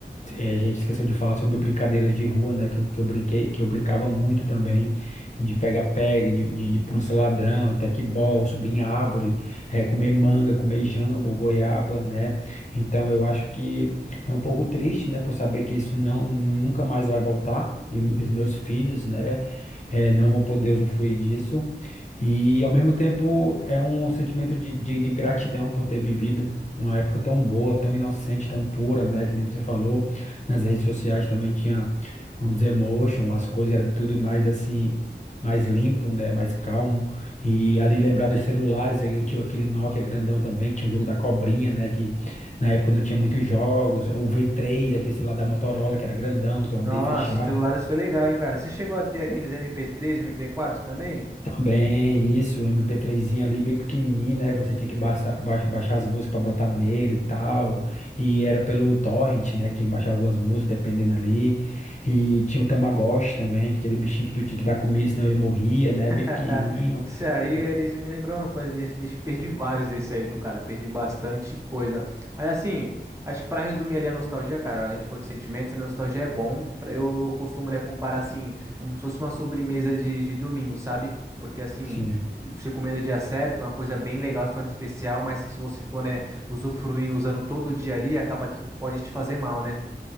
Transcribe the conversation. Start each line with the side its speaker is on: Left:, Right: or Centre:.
Left: eh, a gente esqueceu de falar sobre brincadeiras de rua, né? Que, eu- que eu brinquei, que eu brincava muito também, de pega-pega, de, de, de polícia-ladrão, de tecbol, subir em árvore, eh, comer manga, comer jambo, goiaba, né? Então eu acho que. É um pouco triste, né, por saber que isso não nunca mais vai voltar e, m- os meus filhos, né, eh, não vão poder usufruir disso. E ao mesmo tempo é um sentimento de, de, de gratidão por ter vivido uma época tão boa, tão inocente, tão pura, né, que nem você falou. Nas redes sociais também tinha os emotions, as coisas era tudo mais assim, mais limpo, né, mais calmo. E ali lembrar dos celulares, aí eu tinha aquele Nokia grandão também, que tinha o jogo da cobrinha, né, na época não tinha muitos jogos, ou V3, aquele lá da Motorola, que era grandão, que tu abria
Right: Nossa,
Left: e fechava.
Right: os celulares foi legal, hein, cara? Você chegou a ter aqueles
Left: Pô,
Right: MP3, MP4 também?
Left: Também, isso, o MP3zinho ali, bem pequenininho, né? Você tinha que baixar, baix- baixar as músicas pra botar nele e tal. E era pelo torrent, né? que Tinha que baixar algumas músicas, dependendo ali. E tinha o Tamagotchi também, que é aquele bichinho que tu tinha que dar comida, senão ele morria, né?
Right: <laughs>
Left: Bem pequenininho.
Right: Isso aí,
Left: Ca-
Right: aí você me lembrou uma coisa, deixa, deixa, perdi vários desses aí, viu, cara? Perdi bastante coisa. Mas assim, acho que pra resumir ali a nostalgia, cara, a gente falou de sentimentos, a nostalgia é bom. Pra- Eu, eu costumo, né, comparar assim, como se fosse uma sobremesa de, de domingo, sabe? Porque assim,
Left: Sim.
Right: você comendo no dia certo, uma coisa bem legal, se torna especial, mas que se você for, né, usufruindo, usando todo dia ali, acaba que pode te fazer mal, né?